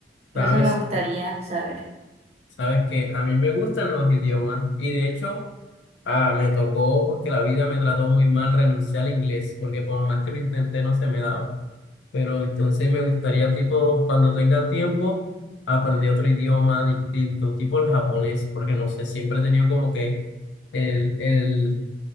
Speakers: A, on the left (about 85°); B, on the right (about 35°).
A: Sabes,
B: Entonces me gustaría saber.
A: sabes que a mí me gustan los idiomas y de hecho ah, me tocó porque la vida me trató muy mal renunciar al inglés, porque por más que lo intenté no se me daba. Pero entonces me gustaría, tipo, cuando tenga tiempo, aprender otro idioma distinto, tipo el japonés, porque no sé, siempre he tenido como que... El, el